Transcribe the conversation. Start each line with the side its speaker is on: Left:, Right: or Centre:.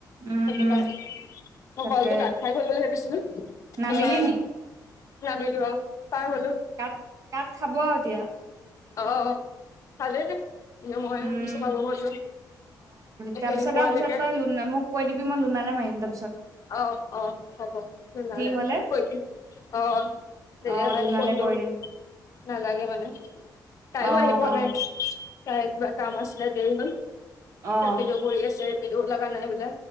Right: উম,
Left: সেইটো কাৰণে। মই
Right: তাকে
Left: কলটো কাত খাই গল বুলি ভাবিছিলো,
Right: নামিলি
Left: কিবা
Right: নি?
Left: নাবিলো অ পাৰ হলো।
Right: কাট - কাট খাব আৰু এতিয়া।
Left: অ, ভালে দে। এনে মই
Right: উম,
Left: অফিচো পাব হৈছোঁ, অ
Right: তাৰপিছত
Left: কেনে পুৱালৈকে।
Right: তাৰপিছত তই লোনা মোক কৈ দিবি মই লোনানে মাহিন তাৰ পিছত
Left: অ অ, হ'ব লোনালে
Right: হ'লে
Left: কৈ দিম অ। তেতিয়া
Right: অ'
Left: তাইক
Right: লোনালে
Left: ফোনটো,
Right: কৰি দিম
Left: নালাগে মানে তাইও
Right: অ'
Left: আহি পোৱা নাই। তাই কিবা কাম আছিলে দেৰি হল,
Right: অ' অ'।
Left: ৰেপিড' কৰি আছে ৰেপিড' লগা নাই বোলে।